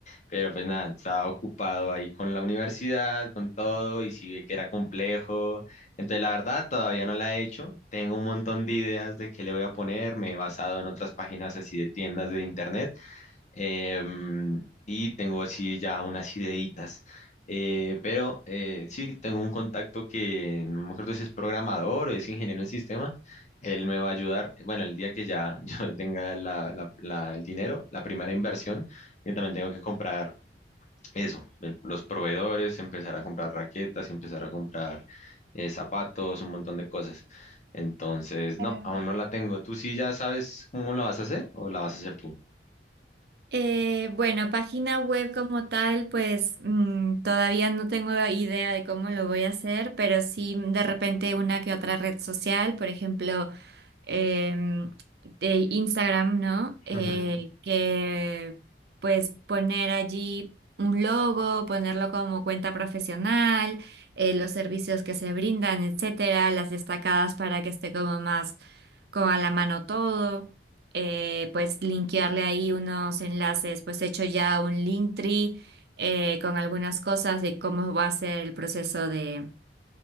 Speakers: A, on the left; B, on the right.
A: pero pues nada, estaba ocupado ahí con la universidad, con todo, y sí vi que era complejo. Entonces, la verdad, todavía no la he hecho. Tengo un montón de ideas de qué le voy a poner, me he basado en otras páginas así de tiendas de internet Em, y tengo así ya unas ideitas. Eh, pero eh, sí, tengo un contacto que no me acuerdo si es programador o es ingeniero en sistemas. Él me va a ayudar, bueno, el día que ya <laughs> yo tenga la- la- la- el dinero, la primera inversión, yo también tengo que comprar eso, el- los proveedores, empezar a comprar raquetas, empezar a comprar eh, zapatos, un montón de cosas. Entonces,
B: Claro.
A: no, aún no la tengo. ¿Tú sí ya sabes cómo la vas a hacer o la vas a hacer tú?
B: Eh, bueno, página web como tal, pues mm, todavía no tengo idea de cómo lo voy a hacer, pero sí mm, de repente una que otra red social, por ejemplo, em, de Instagram, ¿no? Eh,
A: Ujú,
B: que pues poner allí un logo, ponerlo como cuenta profesional, eh, los servicios que se brindan, etcétera, las destacadas para que esté como más como a la mano todo eh, pues linkearle ahí unos enlaces, pues he hecho ya un Linktree eh, con algunas cosas de cómo va a ser el proceso de,